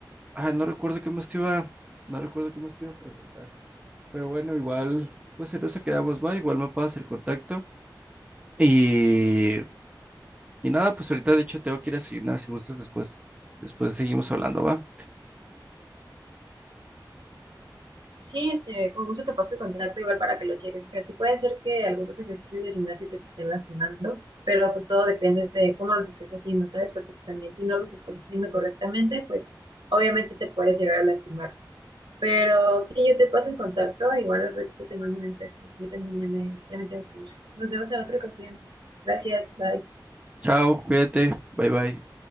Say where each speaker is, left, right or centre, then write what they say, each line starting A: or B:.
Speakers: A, on the right (about 20°); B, on the right (about 80°).
A: ah, no recuerdo qué más te iba, no recuerdo qué más te iba a preguntar. Pero bueno, igual, pues en eso quedamos, va. Igual me pasas el contacto. Y, y nada, pues ahorita de hecho tengo que ir a desayunar. Si gustas, después, después seguimos hablando, va.
B: Sí, este, con gusto te paso el contacto igual para que lo cheques. O sea, sí puede ser que algunos ejercicios de gimnasio te estén lastimando, pero pues todo depende de cómo los estés haciendo, ¿sabes? Porque también si no los estás haciendo correctamente, pues obviamente te puedes llegar a lastimar. Pero sí, yo te paso el contacto, igual al ratito te mando un mensaje. Yo también ya me, ya me tengo que ir. Nos vemos en otra ocasión. Gracias, bye.
A: Chao, cuídate. Bye bye.